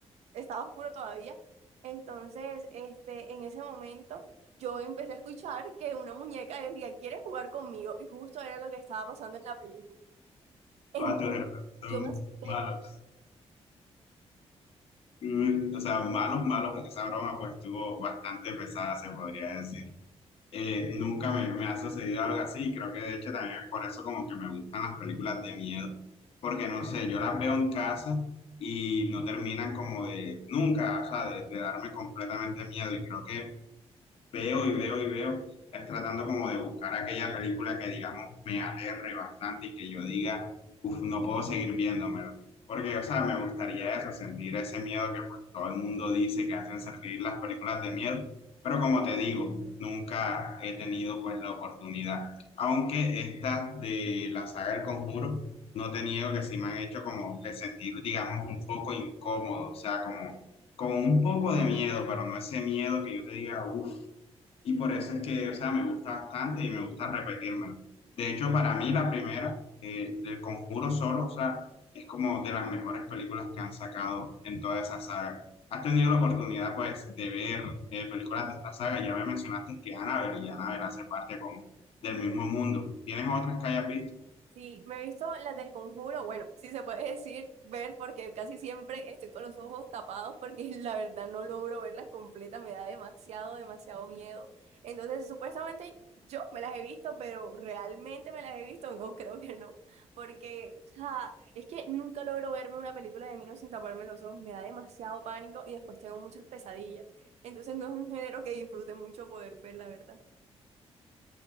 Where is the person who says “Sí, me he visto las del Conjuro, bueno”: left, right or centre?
Right